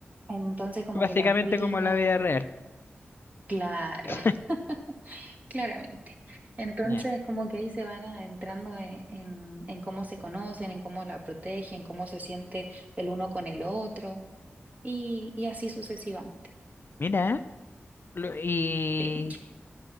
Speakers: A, on the right; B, on the left.
A: Entonces como
B: Básicamente
A: que la cuida.
B: como la vida real.
A: Claro,
B: <laughs>
A: <laughs> claramente. Entonces
B: Ya.
A: como que ahí se van entrando en, en, en cómo se conocen, en cómo la protegen, cómo se siente el uno con el otro y, y así sucesivamente.
B: Mira. Lo- y,
A: Sí.